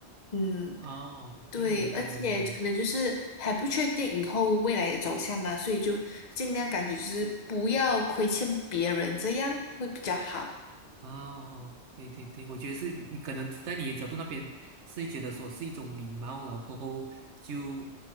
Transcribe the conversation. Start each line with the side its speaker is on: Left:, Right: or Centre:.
Left: 嗯，
Right: 哦 o
Left: 对，
Right: 明白明白。
Left: 而且可能就是还不确定以后未来的走向嘛，所以就尽量感觉就是不要亏欠别人，这样会比较好。
Right: 哦，啊啊对对对，我觉得是你可能在你的角度那边是会觉得说是一种礼貌，然后过后就